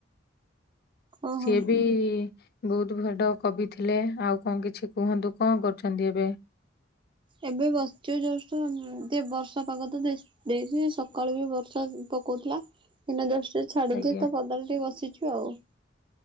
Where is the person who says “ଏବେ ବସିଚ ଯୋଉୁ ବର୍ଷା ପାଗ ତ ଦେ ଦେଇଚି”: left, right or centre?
Right